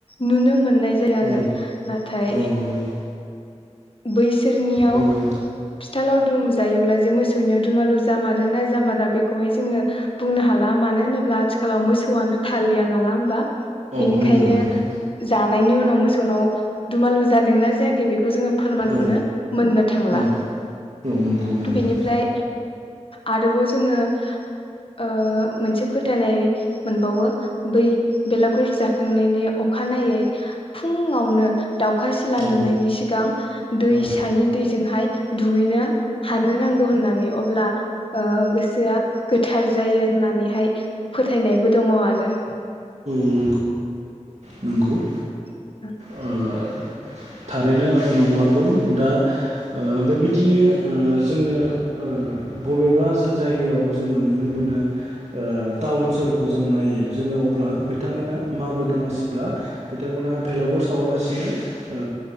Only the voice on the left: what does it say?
नुनो मोननाय जाया आरो
नाथाय
बैसोरनियाव
फिथा लावदुम जायोब्ला जे मोसौनियाव दुमालु जामारोना जामारा बेखौहाय जोङो बुंनो हाला मानो होनोब्ला आथिखालाव मोसौआनो थालिया नङा होमबा?
बिनिखायनो
जा नायनि उनाव मोसौनाव दुमालु जादोंना जायाखै बेखौ जोङो फोरमानखौनो
मोननो थांला
बेनिफ्राय आरोबाव जोङो ओ मोनसे फोथायनाय मोनबावो बै बेलागुर जाखांनायनि अखानायै फुंआवनो दाउखा सिला नुनायनि
सिगां दैसानि
दैजोंहाय दुगैनो हानो नांगौ होननानै अब्ला ओ सोआ गोथार जायो होननानैहाय फोथायनायबो दङ आरो।
<unintelligible>